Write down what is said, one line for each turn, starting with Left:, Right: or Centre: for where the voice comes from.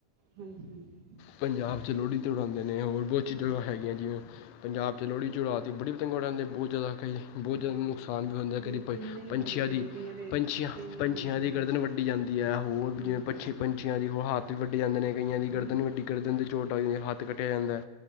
Right: ਹਾਂਜੀ, ਹਾਂਜੀ।
Left: ਪੰਜਾਬ ਚ ਲੋਹੜੀ ਤੇ ਉਡਾਉਂਦੇ ਨੇ ਹੋਰ ਬਹੁਤ ਚੀਜ਼ਾਂ
Right: ਹਾਂਜੀ
Left: ਹੈਗੀਆਂ ਜਿਵੇਂ ਪੰਜਾਬ ਚ ਲੋਹੜੀ ਚ ਉੜਾਤੀ, ਬੜੀ ਪਤੰਗਾ ਉੜਾਂਦੇ ਬਹੁਤ ਜ਼ਿਆਦਾ ਕਈ ਬਹੁਤ
Right: ਹਾਂਜੀ
Left: ਜ਼ਿਆਦਾ ਨੁਕਸਾਨ ਵੀ ਹੁੰਦੇ ਆ ਕੜੀ
Right: ਲੇਕਿਨ
Left: ਪੰ-ਪੰਛੀਆਂ
Right: ਨਹੀਂ ਉਡਾਉਣੇ ਚਾਹੀਦੇ
Left: ਦੀ,
Right: ਕਈਆਂ ਦੇ
Left: ਪੰਛੀਆਂ,
Right: ਕਈ
Left: ਪੰਛੀਆਂ
Right: ਹਾਂਜੀ ਹਾਂਜੀ
Left: ਦੀ ਗਰਦਨ ਵੱਡ ਡੀ ਜਾਂਦੀ ਆ ਹੋਰ
Right: ਹਾਂਜੀ
Left: ਜਿਵੇਂ ਪੰਛੀ
Right: ਹਾਂਜੀ
Left: ਪੰਛੀਆਂ
Right: ਹਾਂਜੀ
Left: ਦੀ ਹੋ ਹਾਤ ਵੀ ਵੱਡੇ ਜਾਂਦੇ ਨੇ ਕਈਆਂ ਦੀ
Right: ਹਾਂਜੀ
Left: ਗਰਦਨ ਵੀ ਵੱਡੀ ਗਰਦਨ ਤੇ ਚੋਟ ਆ ਜਾਂਦੀ, ਹੱਥ ਕੱਟਿਆ ਜਾਂਦਾ,